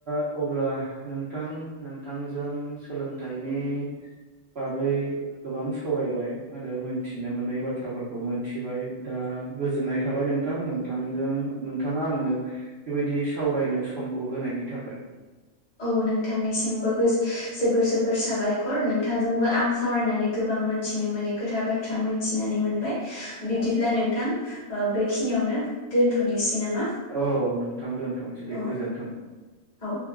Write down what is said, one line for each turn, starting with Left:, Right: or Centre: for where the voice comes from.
Right: अब्ला नोंथां नोंथांजों सोलोंथाइनि बागै गोबां सावरायबाय आरो मोनथिनो मोननाय बाथ्राफोरखौ मोनथिबाय दा। गोजोननाय थाबाय नोंथां नों नोंथांजों नोंथाङा आंनो बेबायदि सावरायनो समखौ होनायनि थाखाय
Left: औ नोंथांनिसिमबो जोबोर जोबोर साबायखर नोंथांजोंबो आं सावरायनानै गोबां मोनथिनो मोनै खोथा बाथ्रा मोनथिनानै मोनबाय बिदिब्ला नोंथां बेखिनियावनो दोनथ'नोसै। नामा
Right: औ नोंथां दोनथ'सै दे
Left: औ
Right: गोजोनथों।
Left: औ